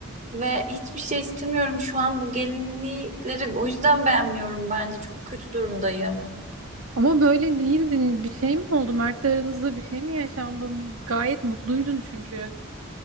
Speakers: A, on the right (about 35°); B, on the right (about 80°).
A: ve hiçbir şey istemiyorum. Şu an bu gelinlikleri o yüzden beğenmiyorum bence. Çok kötü durumdayım.
B: Ama böyle değildin. Bir şey mi oldu? Mert'le aranızda bir şey mi yaşandın? Gayet mutluydun çünkü.